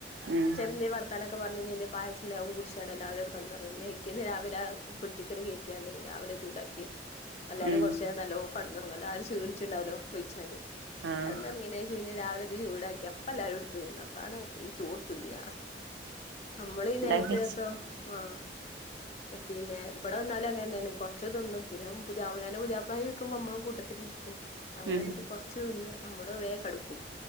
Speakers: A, on the right (about 80°); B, on the left (about 35°).
A: ഉം
B: എന്തെ വർത്താനൊക്കെ പറഞ്ഞ് കയിഞ്ഞ് എന്തെ പായസണ്ടെ അതും കുടിച്ചാണ്ട് എല്ലാരും ആണ്ട് കടന്നൊറങ്ങും പിറ്റേന്ന് രാവിലെ ഫ്രിഡ്ജ്ക്കാട് കേറ്റി റ്റിയാല് രാവിലെ ചൂടാക്കി എല്ലാരും
A: ഉം
B: കൊറച്ചേരം നല്ലോ കടന്നറങ്ങല്ലോ എല്ലാരും ക്ഷീണിച്ചിണ്ടാവല്ലോ ഒർക്കൊഴിച്ചാണ്ട്
A: ആഹ്
B: കടന്നൊറങ്ങിയാന്ശ് പിന്നെ രാവിലെ ഇത് ചൂടാക്കി അപ്പം എല്ലാരും എടുത്ത് തിന്നാ അപ്പാണ് ഈ ചോറ് തിന്നാ നമ്മളീ
A: ഇണ്ടാക്കി
B: നേരത്തെക്കെ
A: വെച്ച്
B: ആഹ് പിന്നെ ഇബടെ വന്നാലും അങ്ങനെന്നെയാണ് കൊറച്ച് തിന്നും പിന്നാ പുതിയാമുനാന്റെ പുതിയാപ്പളാരും ഇരിക്കുമ്പോ ഇമ്മളും കൂട്ടത്തില് ഇരിക്കും അങ്ങനെടുത്ത്
A: ഉം
B: കൊർ ച്ച്ന്ന് നമ്മള് വേം കെടക്കും